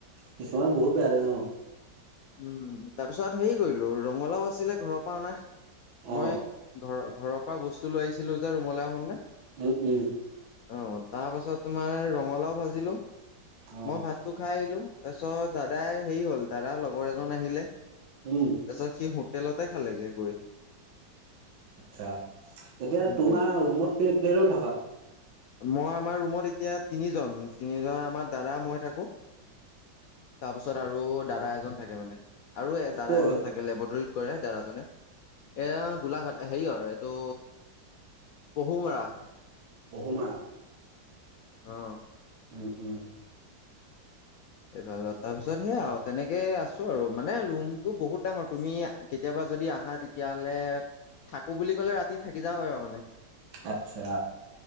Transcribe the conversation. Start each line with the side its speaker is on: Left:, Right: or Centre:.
Right: কিছুমান বহুত বেয়া লাগে ন।
Left: উম, তাৰ পিছত হেৰি কৰিলো ৰঙালাও আছিলে ঘৰৰ পৰা অনা।
Right: অ
Left: মই ঘৰ ঘৰৰ পৰা বস্তু লৈ আহিছিলো যে ৰুমলৈ আহন নে।
Right: উম উম।
Left: অঁ তাৰপাছত তোমাৰ ৰঙালাও ভাজিলোঁ,
Right: অ
Left: মই ভাতটো খাই আহিলোঁ। তাৰপিছত দাদাই হেৰি হল দাদা লগৰ এজন আহিলে,
Right: উম
Left: তাৰপিছত সি হো তেলতে খালেগে গৈ।
Right: আচ্ছা, এতিয়া
Left: উম,
Right: তোমাৰ ৰুমত কে কেইজন থাকা?
Left: মই আমাৰ ৰুমত এতিয়া তিনিজন, তিনিজন আমাৰ দাদা মই থাকো। তাৰ পাছত আৰু দাদা এজন থাকে মানে, আৰু এ দাদা
Right: ক'ৰ
Left: এজন
Right: হয়
Left: থাকে লেবৰেটৰীত কৰে দাদাজনে। এয়া গোলাঘাট হেৰি আৰু এইটো পহুমৰা।
Right: পহোমাৰা।
Left: অঁ।
Right: উম উম।
Left: এইবাল তাৰ পিছত সেইয়া তেনেকে আছো আৰু মানে ৰুমটো বহুত ডাঙৰ তুমি কেতিয়াবা। যদি আহা তেতিয়াহলে থাকো বুলি ক'লে ৰাতি থাকি যাব পাৰিব মানে।
Right: আচ্ছা